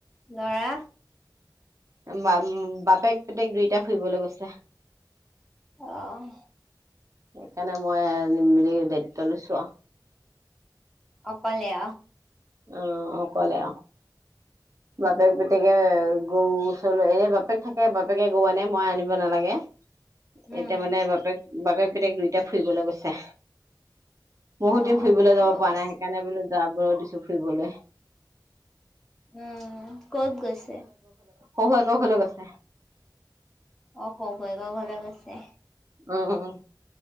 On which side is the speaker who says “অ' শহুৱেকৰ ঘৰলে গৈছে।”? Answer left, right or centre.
Centre